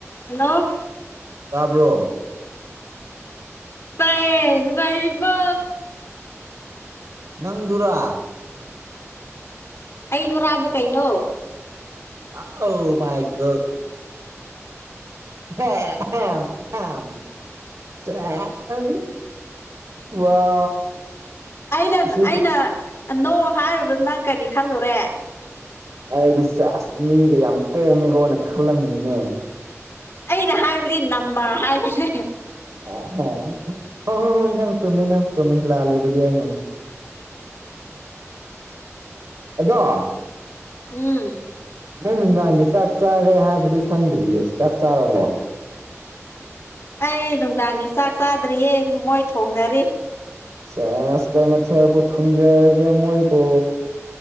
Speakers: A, on the left; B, on the right.
A: Hello
B: ꯇꯥꯕ꯭ꯔꯣ
A: ꯇꯥꯌꯦ ꯅꯨꯡꯉꯥꯏꯔꯤꯕꯣ
B: ꯅꯪꯗꯨꯔꯥ
A: ꯑꯩꯗꯨꯔꯥꯕꯣ ꯀꯩꯅꯣ
B: ꯑꯥꯎ ꯃꯥꯏ ꯒꯣ <unintelligible> ꯋꯥ
A: ꯑꯩꯅ
B: ꯑꯁꯤ
A: ꯑꯩꯅ ꯅꯣ ꯍꯥꯏꯔꯨꯕꯗ ꯅꯪ ꯀꯔꯤ ꯈꯜꯂꯨꯔꯦ
B: ꯑꯩꯗꯤ ꯆꯁ ꯃꯤꯒ ꯌꯥꯝ ꯄꯣꯡꯉꯦꯀꯣꯅ ꯈꯜꯂꯝꯃꯤꯅꯤꯅꯦ
A: ꯑꯩꯅ ꯍꯥꯏꯕꯗꯤ ꯅꯝꯕꯔ ꯍꯥꯏꯕꯅꯦ
B: ꯑꯥ ꯍꯥ ꯍꯣꯏ ꯍꯣꯏ ꯍꯣꯏ ꯅꯪ ꯆꯨꯝꯃꯤ ꯅꯪ ꯆꯨꯝꯃꯤ ꯂꯥꯜꯂꯤꯕꯗꯤ ꯑꯩꯅꯅꯦ ꯑꯗꯣ
A: ꯎꯝ
B: ꯅꯪ ꯅꯨꯡꯗꯥꯡꯒꯤ ꯆꯥꯛ ꯆꯥꯔꯦ ꯍꯥꯏꯕꯗꯤ ꯈꯪꯗ꯭ꯔꯤꯌꯦ ꯆꯥꯛ ꯆꯥꯔꯕꯣ
A: ꯑꯩ ꯅꯨꯡꯗꯥꯡꯒꯤ ꯆꯥꯛ ꯆꯥꯗ꯭ꯔꯤꯌꯦ ꯃꯣꯏ ꯊꯣꯡꯅꯔꯤ
B: ꯁꯦꯁ ꯀꯩ ꯃꯊꯦꯜꯕꯨ ꯊꯨꯝꯖꯔꯒꯦ ꯃꯣꯏꯕꯣ